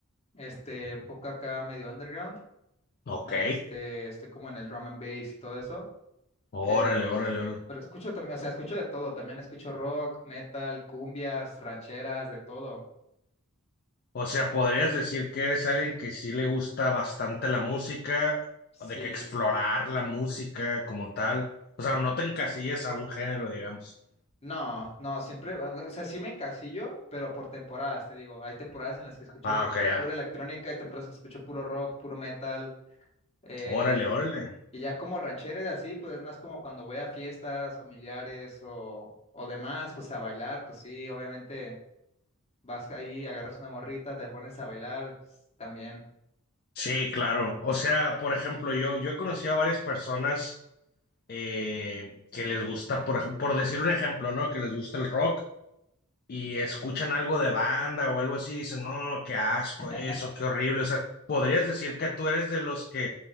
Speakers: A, on the left; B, on the left.
A: Este, un poco acá medio underground.
B: Ok.
A: Este, estoy como en el drum and bass y todo eso.
B: Órale,
A: Pero,
B: órale, órale.
A: pero escucho también, o sea, escucho de todo, también escucho rock, metal, cumbias, rancheras, de todo.
B: O sea, podrías decir que eres alguien que sí le gusta bastante la música,
A: Sí.
B: o de que explorar la música como tal. O sea, no te encasillas a un género, digamos.
A: No, no, siempre, o sea, sí me encasillo, pero por temporadas, te digo, hay temporadas en las que escucho
B: Ah,
A: mu-
B: ok, ya.
A: pura electrónica, hay temporadas que escucho puro rock, puro metal, eh,
B: Órale, órale.
A: y ya como rancheras así, pues es más como cuando voy a fiestas familiares o, o demás, pues a bailar, pues sí, obviamente vas ahí, agarras una morrita, te pones a bailar, pues, también.
B: Sí, claro. O sea, por ejemplo, yo, yo he conocido a varias personas eh, que les gusta, por, ej- por decir un ejemplo, ¿no? Que les gusta el rock y escuchan algo de banda o algo así y dicen, no, qué asco
A: <laughs>
B: eso, qué horrible. O sea, podrías decir que tú eres de los que